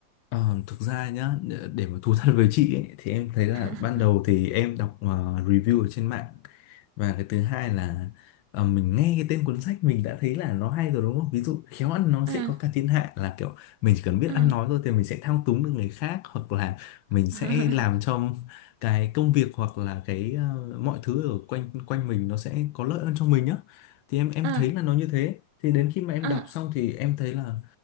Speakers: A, on the left (about 80°); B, on the right (about 70°).
A: Ờ, thực ra nhá để mà thú thật với chị ấy, thì em thấy là
B: <laughs>
A: ban đầu thì em đọc ờ, review ở trên mạng và cái thứ hai là ờ, mình nghe cái tên cuốn sách mình đã thấy là nó hay rồi đúng không ví dụ khéo ăn nói
B: à
A: sẽ có cả thiên hạ là kiểu mình chỉ cần biết
B: à
A: ăn nói thôi thì mình sẽ thao túng được người khác hoặc là mình sẽ
B: <laughs>
A: làm cho cái công việc hoặc là cái ờ, mọi thứ ở quanh quanh mình nó sẽ có lợi hơn cho mình nhá thì em em
B: à
A: thấy là nó như thế thì đến khi mà em
B: à
A: đọc xong thì em thấy là